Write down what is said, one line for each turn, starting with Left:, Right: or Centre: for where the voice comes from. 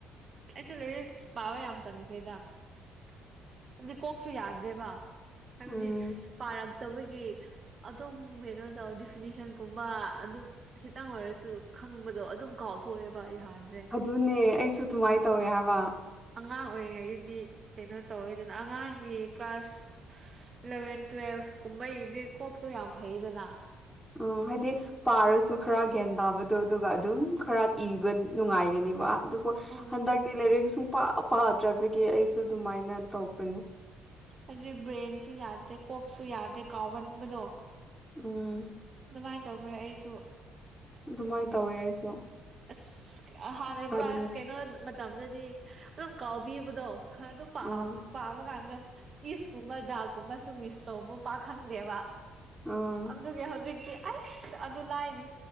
Right: ꯑꯩꯁꯦ ꯂꯩ ꯄꯥꯋꯦ ꯌꯥꯝ ꯇꯟꯈ꯭ꯔꯦꯗ ꯍꯥꯏꯕꯗꯤ ꯀꯣꯛꯁꯨ ꯌꯥꯗ꯭ꯔꯦꯕ ꯍꯥꯏꯕꯗꯤ
Centre: ꯎꯝ
Right: ꯄꯥꯔꯛꯇꯕꯒꯤ ꯑꯗꯨꯝ ꯀꯩꯅꯣ ꯇꯧ ꯗꯤꯐꯤꯅꯤꯁꯟꯒꯨꯝꯕ ꯑꯗꯨꯝ ꯈꯤꯇꯪ ꯑꯣꯏꯔꯁꯨ ꯈꯪꯕꯗꯣ ꯑꯗꯨꯝ ꯀꯥꯎꯊꯣꯛꯑꯦꯕ ꯍꯥꯟꯗ꯭ꯔꯦ
Centre: ꯑꯗꯨꯅꯦ ꯑꯩꯁꯨ ꯑꯗꯨꯃꯥꯏꯅ ꯇꯧꯋꯦ ꯍꯥꯏꯕ
Right: ꯑꯉꯥꯡ ꯑꯣꯏꯔꯤꯉꯩꯗꯗꯤ ꯀꯩꯅꯣ ꯇꯧꯋꯦꯗꯅ ꯑꯉꯥꯡꯒꯤ ꯀ꯭ꯂꯥꯁ ꯏꯂꯚꯦꯟ ꯇꯨꯋꯦꯜꯕ ꯀꯨꯝꯕꯩꯗꯤ ꯀꯣꯛꯇꯣ ꯌꯥꯝ ꯐꯩꯗꯅ
Centre: ꯑꯝ ꯍꯥꯏꯗꯤ ꯄꯥꯔꯁꯨ ꯈꯔ ꯒ꯭ꯌꯥꯟ ꯇꯥꯕꯗꯣ ꯑꯗꯨꯒ ꯑꯗꯨꯝ ꯈꯔ ꯏꯕ ꯅꯨꯡꯉꯥꯏꯒꯅꯦꯕ ꯑꯗꯨꯕꯨ
Right: ꯎꯝ
Centre: ꯍꯟꯗꯛꯇꯤ ꯂꯩꯔꯛ ꯁꯨꯡ ꯄꯥꯗ꯭ꯔꯕꯒꯤ ꯑꯩꯁꯨ ꯑꯗꯨꯃꯥꯏꯅ ꯇꯧꯕꯅꯦ
Right: ꯍꯥꯏꯗꯤ ꯕ꯭ꯔꯦꯟꯁꯨ ꯌꯥꯗꯦ ꯀꯣꯛꯁꯨ ꯌꯥꯗꯦ ꯀꯥꯎꯒꯟꯕꯗꯣ
Centre: ꯎꯝ
Right: ꯗꯨꯃꯥꯏ ꯇꯧꯈ꯭ꯔꯦ ꯑꯩꯁꯨ
Centre: ꯑꯗꯨꯃꯥꯏ ꯇꯧꯋꯦ ꯑꯩꯁꯨ
Right: ꯑꯁ ꯍꯥꯟꯅ
Centre: ꯀꯅꯨ
Right: ꯒ꯭ꯔꯥꯁ ꯀꯩꯅꯣ ꯃꯇꯝꯗꯗꯤ ꯑꯗꯨꯝ ꯀꯥꯎꯕꯤꯕꯗꯣ ꯑꯗꯨꯝ ꯄꯥ
Centre: ꯎꯝ
Right: ꯄꯥꯕ ꯀꯥꯟꯗ ꯏꯁꯀꯨꯝꯕ ꯗꯥꯜꯀꯨꯝꯕꯁꯨ ꯃꯤꯛꯁ ꯇꯧꯕ ꯄꯥꯈꯪꯗꯦꯕ
Centre: ꯎꯝ
Right: ꯑꯗꯨꯒꯤ ꯍꯧꯖꯤꯛꯇꯤ ꯑꯩꯁ ꯑꯗꯨ ꯂꯥꯏꯅꯤ